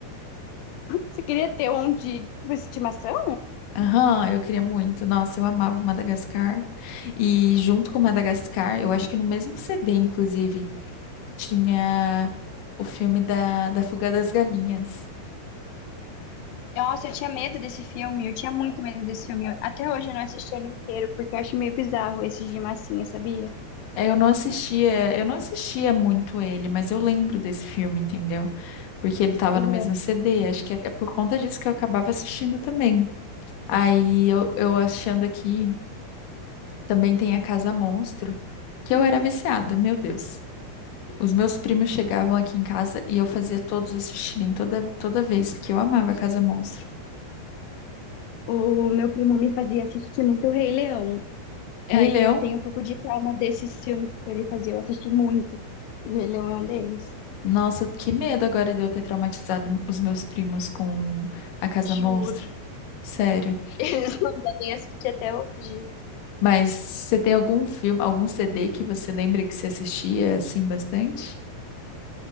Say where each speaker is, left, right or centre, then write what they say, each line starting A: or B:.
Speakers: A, on the left; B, on the left.
A: Você queria ter um de tipo, estimação?
B: Aham, eu queria muito. Nossa, eu amava Madagascar. E junto com Madagascar, eu acho que no mesmo CD, inclusive, tinha o filme da, da Fuga das Galinhas.
A: Nossa, eu tinha medo desse filme, eu tinha muito medo desse filme. Eu- Até hoje eu não assisti ele inteiro, porque eu acho meio bizarro esses de massinha, sabia?
B: É, Eu não assistia, eu não assistia muito ele, mas eu lembro desse filme, entendeu? Porque ele tava
A: Uhum.
B: no mesmo CD. Acho que é é por conta disso que eu acabava assistindo também. Aí eu, eu achando aqui, também tem a Casa Monstro, que eu era viciada, meu Deus. Os meus primos chegavam aqui em casa e eu fazia todos assistirem toda, toda vez, porque eu amava Casa Monstro.
A: O meu primo me fazia assistir muito o Rei Leão. Aí
B: Rei Leão,
A: eu tenho um pouco de trauma desses filmes que ele fazia, eu assisti muito. E o Rei Leão é um deles.
B: nossa, que medo agora de eu ter traumatizado os meus primos com a Casa
A: Juro.
B: Monstro. Sério.
A: <laughs> Eles não devem assistir até hoje.
B: Mas você tem algum filme, algum CD que você lembra que você assistia assim bastante?